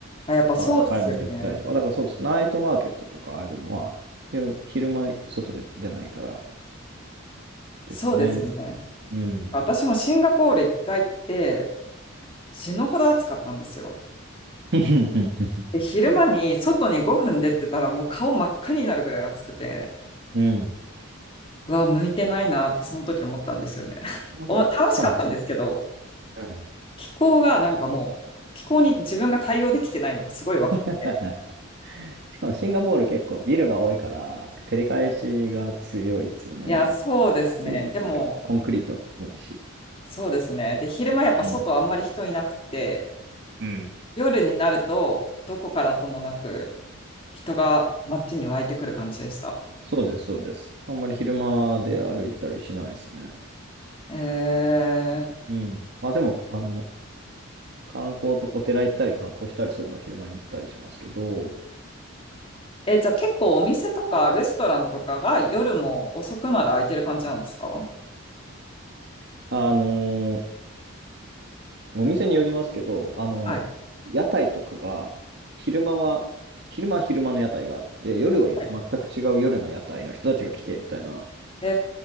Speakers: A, on the left (about 25°); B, on the right (about 50°).
A: あ、やっぱそうですよね。
B: あの、買い物行ったりとか。だからそうです。ナイトマーケットとかあるのは、よ昼間外で出ないからですね。
A: そうですよね。
B: うん。
A: 私もシンガポール一回行って死ぬほど暑かったんですよ。
B: <laughs>
A: で、昼間に外に5分出てたらもう顔真っ赤になるぐらい暑くて、
B: はいうん。
A: うわ、向いてないなってその時思ったんですよね。<laughs>
B: シンガポール、
A: お、楽しかったんですけど、
B: しかもし、うん。は
A: 気候がなんかもう、気候に自分が対応できてないのがすごいわかった。
B: いはいしかもシンガポール結構ビルが多いから、照り返しが強いですよね。
A: いや、そうですね。
B: 暑いんですよ。
A: でも、
B: 結構コンクリート多いし。
A: そうですね。で、昼間やっぱ外あんまり人いなくて、
B: うん。うん。
A: 夜になるとどこからともなく、人が街に湧いてくる感じでした。
B: そうです、そうです。あんまり昼間で歩いたりしないですね。
A: えー、
B: うん。まあでも、あの、観光とお寺行ったり観光したりするのは昼間に行ったりしますけど、
A: え、じゃあ結構お店とかレストランとかが夜も遅くまで開いてる感じなんですか
B: あのーお店によりますけど、あのー屋台とかが、
A: はい。
B: 昼間は、昼間は昼間の屋台があって、夜は全く違う夜の屋台の人たちが来てみたいな
A: はいえ